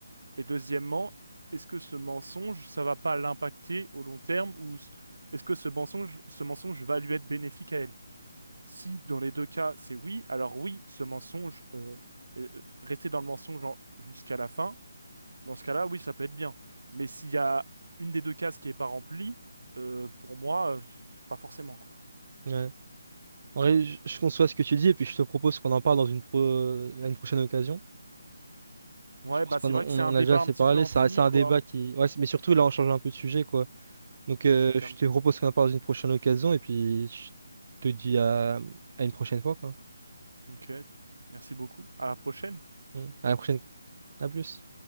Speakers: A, on the right; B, on the right.
A: Et deuxièmement, est-ce que ce mensonge ça va pas l'impacter au long terme ou s- est-ce que ce mensonge ce mensonge va lui être bénéfique à elle? Si dans les deux cas, c'est oui, alors oui, ce mensonge, euh, euh, rester dans le mensonge en- jusqu'à la fin, dans ce cas-là, oui, ça peut être bien. Mais s'il y a une des deux cases qui n'est pas remplie, euh, pour moi, euh, pas forcément, quoi.
B: Ouais. En vrai, je, je conçois ce que tu dis et puis je te propose qu'on en parle dans une, pro- à une prochaine occasion.
A: Ouais,
B: Je pense
A: bah
B: qu'on
A: c'est vrai
B: en on
A: que c'est
B: en
A: un débat
B: a déjà assez
A: un petit
B: parlé.
A: peu infini,
B: C'est un, c'est un
A: quoi.
B: débat qui. Ouais, c'est- mais surtout, là, on change un peu de sujet, quoi. Donc,
A: Ouais,
B: euh,
A: c'est clair.
B: je te propose qu'on en parle dans une prochaine occasion et puis je te dis à, à une prochaine fois, quoi.
A: Ok, merci beaucoup. À la prochaine.
B: Mm. À la prochaine. À plus.